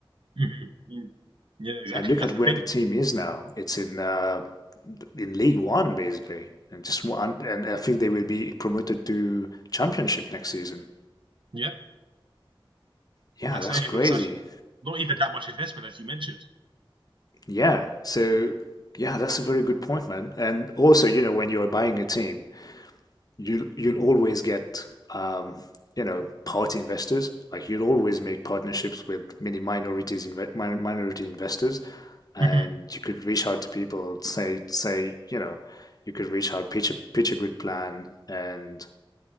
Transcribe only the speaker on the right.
Mhm, mm. Yeah, exactly.
That's
the thing.
Yeah,
that's
only
with such not even that much investment as you mentioned.
Mhm.